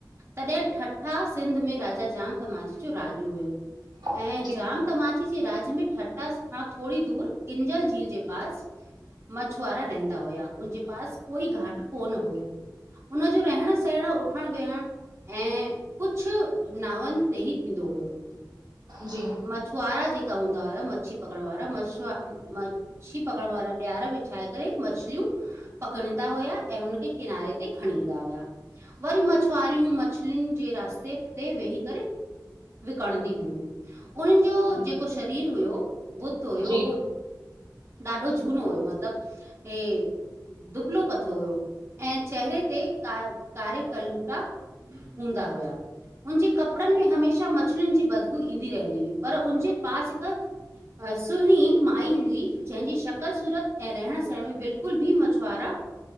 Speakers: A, on the right; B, on the right.
A: तॾहिं ठठा सिंध में राजा जाम तमाच जो राज ऐैं
B: जी जी
A: जा तमांच जे राज में ठठा खां थोड़ी दूरि, किंजल झील जे पास मछुआरा रहंदा हुया, उनजे पास कोई घाट कौन हुयो। उनजो रहण, सहण, उठण, वेहण। ऐं, कुछु नावनि ते ई थींदो हुयो।
B: जी।
A: मछुआरा जेका हूंदा हुया मच्छी पकड़ वारा मछुआ म मछली पकड़ वारा ॾियार विछाए करे मछलियूं। पकड़ीदा हुया ऐं हुनखे किनारे ते खणी ईंदा हुया। वरी मछ फारियूं मछलियुनि जे रास्ते ते वेही करे, विकणंदी हुयू उन्हनि जो
B: जी
A: जेको शरीर हुयो, बुत हुयो
B: जी जी जी जी जी जी
A: उ ॾाढो झूनो हुयो मतलबु ए दुबलो पतलो हुयो, ऐं चेहरे ते कारि कारिक कलूटा हूंदा हुया, उनजे कपड़न में हमेशा म मच्छलिन जी बदबू ईंदी रहंदी हुई पर हुनजे पास हिक, अ सुहिणी माई हुई। जंहिंजी शकल सूरत ऐं रहण-सहण में बिल्कुल बि मछुआरा